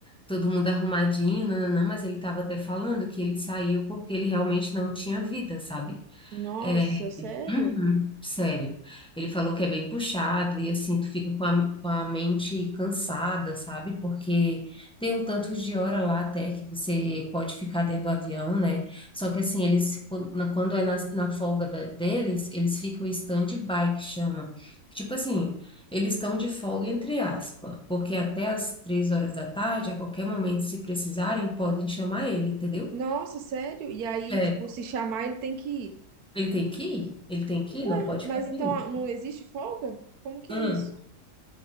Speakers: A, in the centre; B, on the right.
A: todo mundo arrumadinho, não, mas ele tava até falando que ele saiu porque ele realmente não tinha vida, sabe?
B: Nossa,
A: É,
B: sério?
A: Uhum, sério. Ele falou que é bem puxado e assim, tu fica com a, com a mente cansada, sabe? Porque tem um tanto de hora lá até que você pode ficar dentro do avião, né? Só que assim, eles, quan- na- quando é na, na folga da- deles, eles ficam em stand-by, que chama. Tipo assim, eles estão de folga entre aspas, porque até as três horas da tarde, a qualquer momento, se precisarem, podem chamar ele, entendeu?
B: Nossa, sério? E aí,
A: É,
B: tipo, se chamar, ele tem que ir.
A: ele tem que ir, ele tem que ir,
B: Ué,
A: não pode
B: mas
A: ficar
B: então
A: sem
B: ah, não existe folga? Como que
A: ir.
B: é isso?